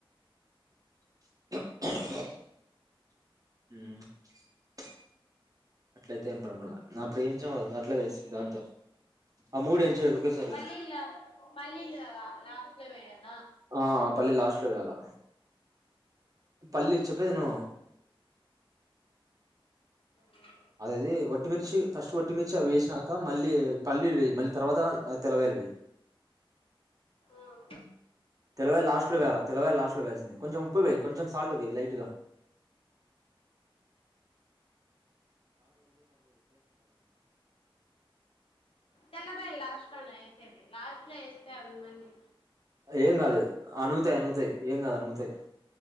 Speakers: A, on the right; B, on the left.
A: అ అట్లయితే ఏం ప్రల నా ప్రడు ఏంచం అద అట్లా బేస్ దాంతో ఆ మూడు వేయించేయ్ ఒకేసారి
B: పల్లిల పల్లీల్ లక్ ఉత్తవేయాలి
A: ఆ పల్లిల్ లాస్ట్ లో వేయాలా పల్లీ చెప్పేది విను
B: హ్మ్
A: అదేది ఒట్టిమిర్చి ఫస్ట్ ఒట్టిమిర్చి వేసినాక మళ్ళీ పల్లీలు వేయ్ మళ్ళీ తర్వాత తెలవాయిల్ వెయ్
B: ఉమ్
A: తెలవయిల్ లాస్ట్ లో వేయాలా తెలవయిల్ లాస్ట్ లో వేయాల్సింది కొంచెం ఉప్పు వెయ్ కొంచెం సాల్ట్ వెయ్ లైటుగా
B: తెలభయల్ లాస్ట్ లోన వేసేది లాస్ట్ అట్లు వేస్తే యాబై మంది
A: ఏం కాదు అనగుతాయి అనతాయ్ ఏం కాదు అనగుతాయ్